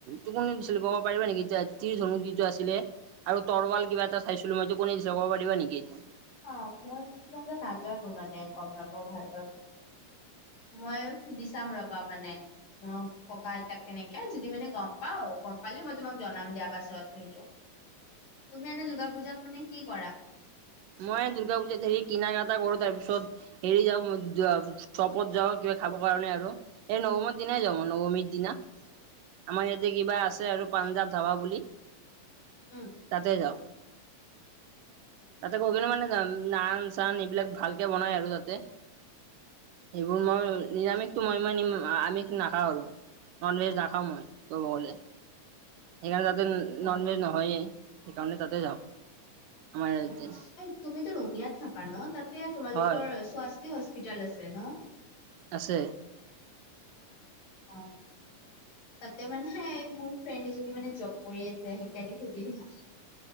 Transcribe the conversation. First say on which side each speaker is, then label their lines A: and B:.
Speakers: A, on the right; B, on the left.
A: তো কোনে দিছিল ক'ব পাৰিবা নেকি এতিয়া ত্ৰিধনু যিটো আছিলে? আৰু তৰোৱাল কিবা এটা চাইছিলো মইতো কোনে দিছে ক'ব পাৰিবা নেকি এইটো?
B: অ মই মানে নাজানো মানে গম নাপাওঁ ভালদৰে। মই সুধি চাম ৰবা মানে। মোৰ ককা আইতাক তেনেকে যদি মানে গম পাওঁ গম পালে মই তোমাক জনাম দিয়াৰ পাছত সেইটো। তুমি এনে দুৰ্গা পুজাত মানে কি কৰা?
A: মই দুৰ্গা পূজাত হেৰি কিনা কাটা কৰো। তাৰ পিছত হেৰি যাওঁ মই দিয়া চপত যাওঁ কিবা খাবৰ কাৰণে আৰু। এই নৱমৰ দিনাই যাওঁ নৱমীৰ দিনা। আমাৰ ইয়াতে কিবা আছে আৰু পাঞ্জাৱ ধাবা বুলি
B: উম
A: তাতে যাওঁ। তাতে গৈ কেনে মানে <unintelligible> চান এইবিলাক ভালকে বনাই আৰু তাতে, সেইবোৰ মই নিৰামিষটো
B: আচ্ছা আচ্ছা
A: মই মান নিম আমিষ নাখাওঁ আৰু, নন ভেজ নাখাওঁ মই ক'ব গ'লে। সেইকাৰণে তাতে
B: অ
A: নন ভেজ নহয়েই, সেইকাৰণে তাতে যাওঁ। আমাৰ ইয়াতে
B: অ', তুমিতো ৰঙিয়াত থাকা ন, তাতে তোমালোকৰ
A: হয়
B: স্ৱাস্তি হস্পিতেল আছে ন।
A: আছে।
B: অ'। তাতে মানে সেই মোৰ ফ্ৰেণ্ড এজনী মানে জব কৰি আছে সেইকাৰণে সুধিলো।